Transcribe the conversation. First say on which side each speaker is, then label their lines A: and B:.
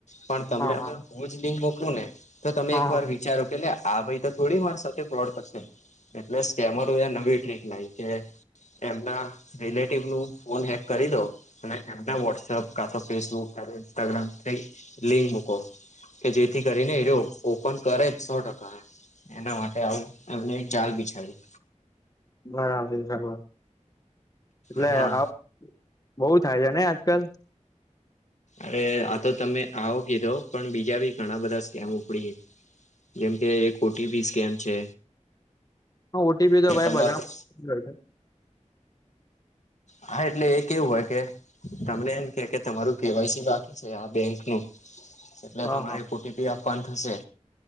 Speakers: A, on the left; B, on the left.
A: પણ તમને
B: હા
A: હવે
B: હા
A: હું જ લિંક મોકલું ને તો તમે
B: હા
A: એકવાર
B: હા
A: વિચારો કે આ ભાઈ તો થોડી મારી સાથે ફ્રોડ કરશે એટલે સ્કેમરોએ આ નંબર ટ્રિક લાયી કે એમના રિલેટિવ નું ફોન હેક કરી દો. અને એમના વોટ્સઅપ કા તો ફેસબુક કા ઇન્સ્ટાગ્રામ લિંક મૂકો. કે જેથી કરીને એ ઓપન કરે સો ટકા. એના માટે આવું એમને એક જાલ બિછાવી
B: બરાબર બરાબર એટલે
A: હા
B: આવ બોવ થાય છે નય આજકાલ?
A: અરે આ તો તમે આવો કીધો પણ બીજા બી ઘણા બધા સ્કેમ ઉપડી જેમ કે ઓટીપી સ્કેમ છે
B: હ ઓટીપી તો
A: કે
B: ભાઈ
A: તમારૂ
B: <unintelligible>
A: હા એટલે એ કેવું હોય કે તમને એમ કે કે તમારું કેવાયસી બાકી છે આ બેંક નું એટલે
B: હા
A: તમારે
B: હા
A: ઓટીપી આપવાનું થશે.